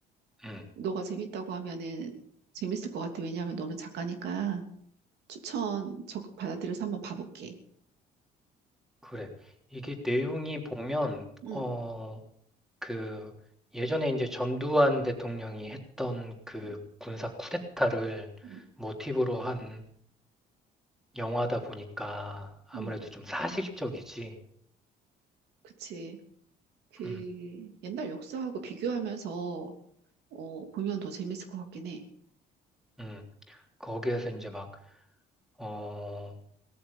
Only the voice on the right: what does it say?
너가 재밌다고 하면은 재밌을 것 같아. 왜냐하면 너는 작가니까 추천 적극 받아들여서 한번 봐볼게.
응,
응,
응,
응.
그치. 그
옛날 역사하고 비교하면서 어, 보면 더 재밌을 것 같긴 해.